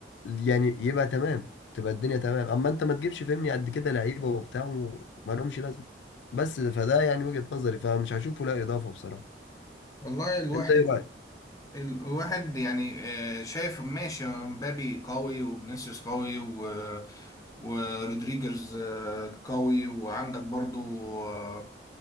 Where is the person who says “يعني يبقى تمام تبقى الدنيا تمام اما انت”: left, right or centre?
Left